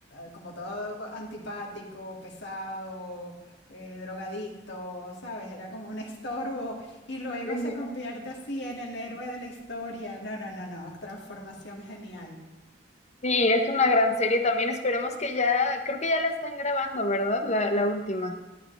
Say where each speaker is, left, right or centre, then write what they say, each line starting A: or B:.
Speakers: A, on the left; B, on the left.
A: como todo antipático, pesado, eh, drogadicto, ¿sabes? Era como un estorbo y luego
B: <laughs>
A: se convierte así en el héroe de la historia. No, no, no, no, transformación genial.
B: Sí, es una gran serie también. Esperemos que ya, creo que ya la están grabando, ¿verdad? La, la última.